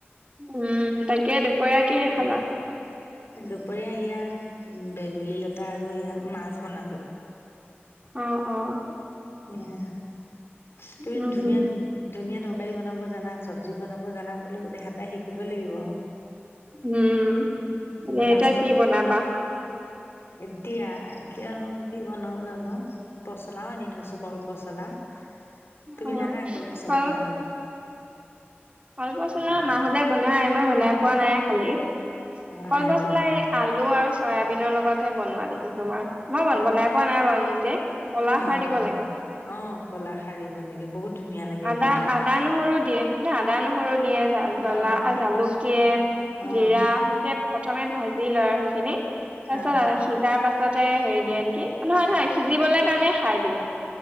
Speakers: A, on the right; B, on the left.
A: উম তাকে দুপৰীয়া কিহে খালা?
B: দুপৰীয়া এইয়া ভেবেলীলতা আৰু ইয়া মাছ বনালো।
A: অ' অ'।
B: অ' তুমি
A: উম
B: ধুনীয়া ধুনীয়া তৰকাৰী বনাব জানা? চব্জি বনাব জানা বোলো, দেহা পাই শিকিব লাগিব।
A: উম,
B: কিন্তু
A: এতিয়া
B: মাছৰ
A: কি
B: টেঙ
A: বনাবা?
B: এতিয়া এতিয়া কি বনাও জানো। পচলাও আনি থৈছো কলপচলা, তুমি
A: অ
B: জানা কলপচলা
A: কল
B: বনাব?
A: কলপচলা মাহঁতে বনাই, মই বনাই পোৱা নাই খালি।
B: অ
A: কলপচলা
B: নাই বনোৱা
A: এই আলু আৰু চয়াবিনৰ লগতহে বনোৱা দেখিছো। তোমাৰ, মই বনাই পোৱা নাই বাৰু নিজে। কলা খাৰ
B: অ'
A: দিব
B: অ'
A: লাগে
B: অ' কলা সাৰ দিব লাগে। বহুত ধুনীয়া লাগে
A: আদা
B: কিন্তু
A: আদা, নহৰু দিয়ে আদা, নহৰু দিয়ে জ জ্বলা
B: অ
A: জালুক দিয়ে।
B: অ
A: জিৰা সেনেকে প্ৰথমে ভাজি। লয় আৰু সেইখিনি তাৰ
B: অ
A: পাছত সিজাৰ পাছতে হেৰি দিয়ে নেকি? নহয় নহয় সিজিবলে কাৰণে সাৰ দিয়ে।